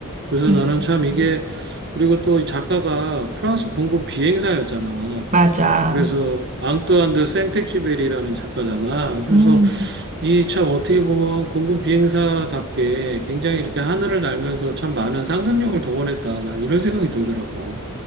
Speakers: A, on the right; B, on the right.
A: 그래서
B: 음,
A: 나는 참 이게, 그리고 또 이 작가가 프랑스 공군 비행사였잖아.
B: 맞아.
A: 그래서 앙뚜안 드 생텍쥐베리라는 작가잖아. 그래서
B: 음,
A: 이 참 어떻게 보면 공군 비행사답게 굉장히 이렇게 하늘을 날면서 참 많은 상상력을 동원했다. 난 이런 생각이 들더라고.